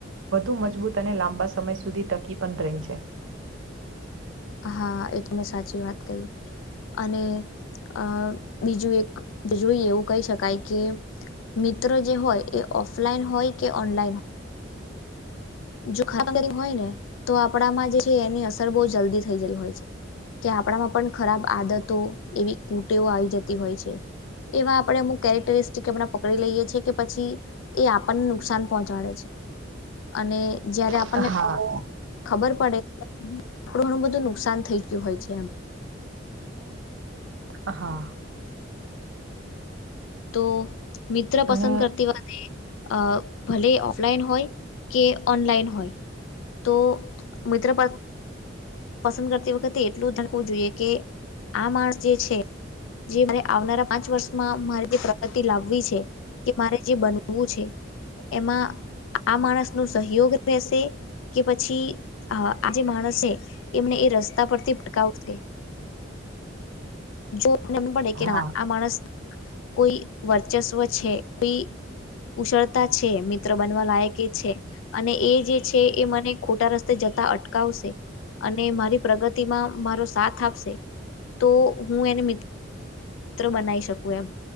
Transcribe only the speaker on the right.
વધુ મજબૂત અને લાંબા સમય સુધી ટકી પણ રહે છે
હા
હા
અને
હા